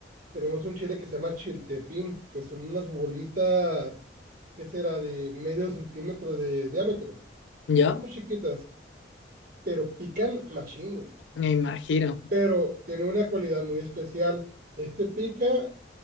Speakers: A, on the right; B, on the left.
A: tenemos un chile que se llama chiltepín, pues son unas bolitas, ¿qué será? De medio centímetro de diámetro.
B: Ya,
A: Son muy chiquitas, pero pican machín, güey.
B: me imagino.
A: Pero tiene una cualidad muy especial. Este pica